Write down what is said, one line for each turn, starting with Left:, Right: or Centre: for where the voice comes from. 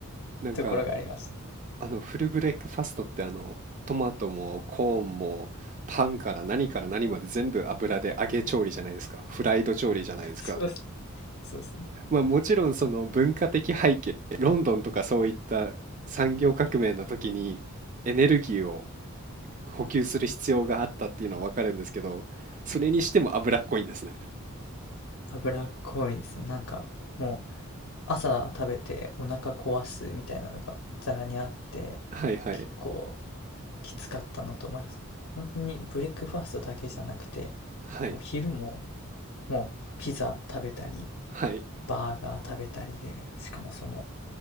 Right: なんか、
Left: ところがあります。
Right: あの、フルブレックファストってあの、トマトもコーンもパンから何から何まで全部油で揚げ調理じゃないですか。フライド調理じゃないですか。
Left: <laughs> そうっす、そうですね。
Right: まあもちろんその文化的背景、ロンドンとかそういった産業革命の時にエネルギーを補給する必要があったっていうのはわかるんですけど、それにしても脂っこいんですね。
Left: 脂っこいですね。なんかもう朝食べてお腹壊すみたいなのがざらにあって、
Right: はいはい。
Left: 結構きつかったのと、まあ、本当にブレックファーストだけじゃなくて、
Right: はい。
Left: もう昼ももうピザ食べたり、
Right: はい。
Left: バーガー食べたりで、しかもその